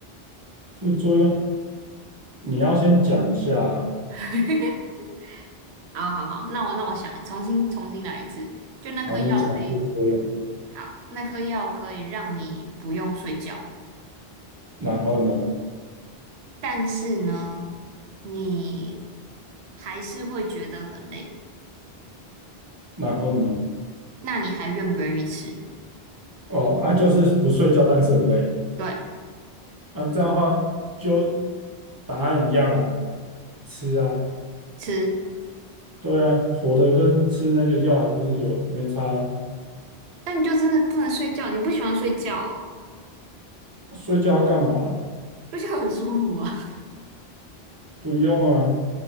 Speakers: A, on the right; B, on the right.
A: 副作用你要先讲一下啊，
B: <laughs> 好好好，那我那我想重新重新来一次，就那颗药可以，
A: 好，你讲副作用，
B: 好，那颗药可以让你不用睡觉。
A: 然后呢，
B: 但是呢，你还是会觉得很累，
A: 然后呢？
B: 那你还愿不愿意吃？
A: 哦，啊，就是不睡觉，但是很累。
B: 对，
A: 那这样的话就答案一样啊，吃啊，
B: 吃，
A: 对啊，活的跟吃那个药还不是有没差啊
B: 那你就真的不能睡觉，你不喜欢睡觉哦，
A: 睡觉干嘛？
B: 睡觉很舒服啊。
A: 不用啊，